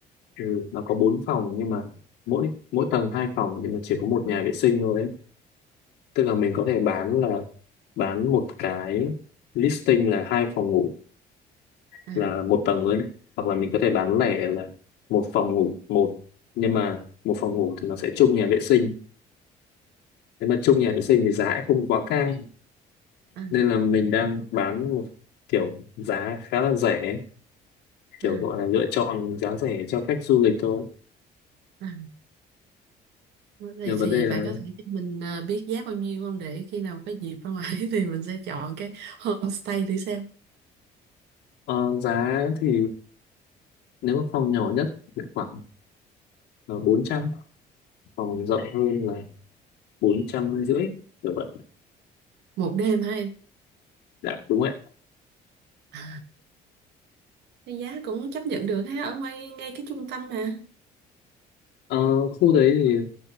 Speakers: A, on the left (about 80°); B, on the right (about 80°).
A: ừ, nó có bốn phòng nhưng mà mỗi mỗi tầng hai phòng nhưng mà chỉ có một nhà vệ sinh thôi ấy. tức là mình có thể bán là bán một cái listing là hai phòng ngủ
B: à,
A: là một tầng thôi đấy. hoặc là mình có thể bán lẻ là một phòng ngủ một nhưng mà một phòng ngủ thì nó sẽ chung nhà vệ sinh nếu mà chung nhà vệ sinh thì giá cũng không quá cao
B: à,
A: nên là mình đang bán một kiểu giá khá là rẻ kiểu
B: à,
A: gọi là lựa chọn giá rẻ cho khách du lịch thôi
B: à. Thì,
A: nhưng vấn
B: thì
A: đề là
B: bạn có thể cho mình à, biết giá bao nhiêu không để khi nào có dịp ra ngoài <laughs> thì mình sẽ chọn cái homestay thử xem
A: ờ, giá thì nếu mà phòng nhỏ nhất thì khoảng uh, bốn trăm phòng rộng hơn là bốn trăm rưỡi kiểu vậy
B: một đêm hả em
A: dạ đúng ạ
B: à, cái giá cũng chấp nhận được ha ở ngoài ngay cái trung tâm mà
A: Ờ, khu đấy